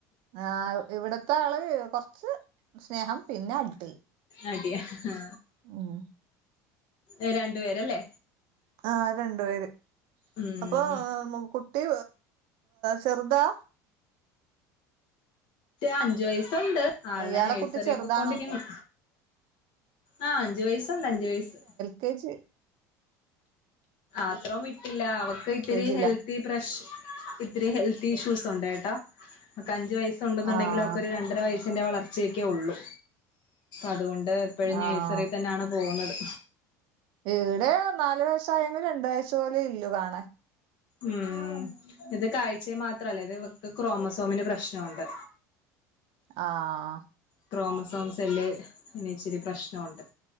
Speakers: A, on the right; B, on the left.
A: ആഹ് ഇവിടത്തെ ആള് കൊറച്ചു സ്നേഹം പിന്നെ അടി
B: അടിയ ഹ
A: ഉം
B: എ രണ്ടു പേരല്ലേ
A: ആ രണ്ടു പേര്
B: ഉം
A: അപ്പൊ കുട്ടി ചെറ്താ
B: അഞ്ചു വയസ്സുണ്ട് ആൾനെ
A: ഇയാളെ
B: നഴ്സറി
A: കുട്ടി ചെറുതാണോ
B: പ്പൊക്കോണ്ടിരിക്കുന്നു ആ അഞ്ചു വയസ്സ് ഉണ്ട് അഞ്ചു വയസ്സ്
A: തേച്ച്
B: അത്രോം വിട്ടില്ല അവക്ക് ഇത്തിരി
A: ജിയിലാ
B: ഹെൽ പ്രഷ് ഇത്തിരി ഹെൽത്ത് ഇഷ്യൂസ് ഉണ്ട് കേട്ടാ അവക്ക് അഞ്ചു വയസ് ഉണ്ടെന്നുണ്ടെങ്കിലും
A: ആഹ്
B: അവക്ക് ഒരു രണ്ടര വയസ്സിന്റെ വളർച്ചയൊക്കെ ഒള്ളു അതുകൊണ്ട് എപ്പഴും
A: ആഹ്
B: നേഴ്സറിയിൽ തന്നാണ് പോവുന്നത്
A: ഇവിടെ നാലു വയസ്സായെങ്കിലും രണ്ടു വയസ്സ് പോലെ ഇല്ലൂ കാണാൻ
B: ഉം ഇത് കാഴ്ചയെ മാത്രല്ല ഇത് ഇവക്ക് ക്രോമസോമിന് പ്രശ്നമുണ്ട്
A: ആഹ്
B: ക്രോമസോൺ സെല്ല് ഇനി ഇച്ചിരി പ്രശ്നമുണ്ട്